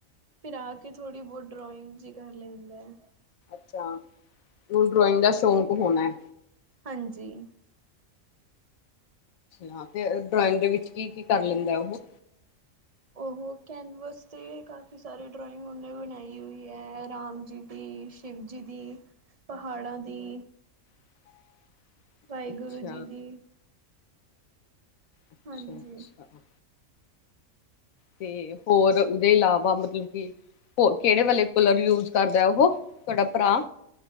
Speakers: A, on the right (about 30°); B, on the left (about 80°).
A: ਫਿਰ ਆ ਕੇ ਥੋੜ੍ਹੀ ਬੋਤ ਡਰੋਇੰਗ ਜੀ ਕਰ ਲੈਂਦਾ ਐ।
B: ਅੱਛਾ ਓਹਨੂੰ ਡਰਾੋਇੰਗ ਦਾ ਸ਼ੌਕ ਹੋਨਾ ਐ।
A: ਹਾਂਜੀ।
B: ਅੱਛਾ ਤੇ ਡਰਾਇੰਗ ਦੇ ਵਿੱਚ ਕੀ ਕੀ ਕਰ ਲੈਂਦਾ ਐ ਓਹੋ?
A: ਉਹ ਕੈਨਵਸ ਤੇ ਕਾਫੀ ਸਾਰੇ ਡਰਾਇੰਗ ਉਹਨੇ ਬਨਾਈ ਹੋਈ ਐ ਰਾਮ ਜੀ ਦੀ ਸ਼ਿਵਜੀ ਦੀ, ਪਹਾੜਾਂ ਦੀ
B: <inaudible>
A: ਵਾਹਿਗੁਰੂ
B: ਅੱਛਾ
A: ਜੀ ਦੀ
B: ਅੱਛਾ-ਅੱਛਾ।
A: ਹਾਂਜੀ
B: ਤੇ ਹੋਰ ਉਹਦੇ ਇਲਾਵਾ ਮਤਲਬ ਕਿ ਹੋ, ਕਿਹੜੇ ਵਾਲੇ ਕਲਰ ਯੂਜ ਕਰਦਾ? ਉਹ ਤੁਹਾਡਾ ਭਰਾ।